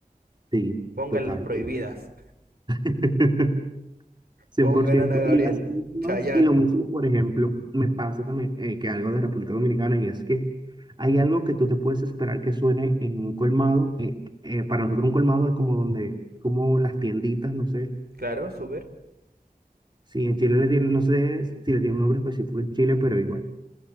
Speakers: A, on the right; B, on the right.
A: Sí,
B: pongan
A: total.
B: las prohibidas,
A: <laughs> cien
B: pongan
A: por ciento
B: Ana Gabriel,
A: Y las mismas,
B: Chayanne.
A: y lo mismo, por ejemplo, me pasa también eh, que algo de República Dominicana y es que hay algo que tú te puedes esperar que suene en un colmado. eh, eh, para nosotros un colmado es como donde, como las tienditas, no sé
B: Claro, súper.
A: Sí, en Chile le tienen, no sé si le tiene un nombre específico en Chile, pero igual.